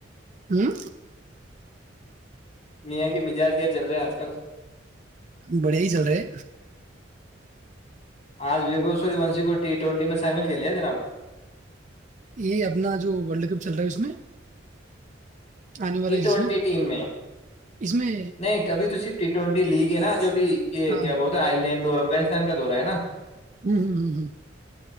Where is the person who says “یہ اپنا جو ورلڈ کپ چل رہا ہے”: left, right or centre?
Right